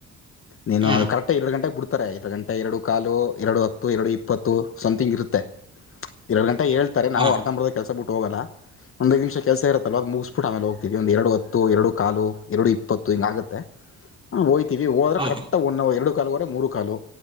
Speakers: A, on the left; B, on the right.
A: ನೀನು
B: ಹ್ಮ್
A: ಕರೆಕ್ಟ್ ಎರಡು ಗಂಟೆಗೆ ಬಿಡುತ್ತೆ ಎರಡು ಗಂಟೆ ಎರಡು ಕಾಲು ಎರಡು ಹತ್ತು ಎರಡು ಇಪ್ಪತ್ತು ಸಮಥಿಂಗ್ ಇರುತ್ತೆ ಎರಡು ಗಂಟೆ ಹೇಳ್ತಾರೆ ನಾವು
B: ಹ್ಮ್
A: ಅರ್ಧಬರ್ದ ಕೆಸ ಬಿಟ್ಟ ಹೋಗಲ್ಲ ಒಂದೈದು ನಿಮಿಷ ಕೆಸ ಇತ್ತಲ್ ಅದು ಮುಗಸ್ಬಿ ಆಮೇಲೆ ಹ್ತೀವಿ ಒಂದ ಎರಡುತ್ತು ಎರಡು ಕಾಲು ಎರಡು ಇಪ್ಪತ್ತು ಹಿಂಗ ಆಗುತ್ತೆ ಹೋಯ್ತೀವಿ ಹೋದ್ರೆ
B: ಹ್ಮ್
A: ಕರೆಕ್ಟ್
B: ಹ್ಮ್
A: ಒನ್ ಎರಡು ಕಾಲ್ರೆ ಮೂರು ಕಾಲು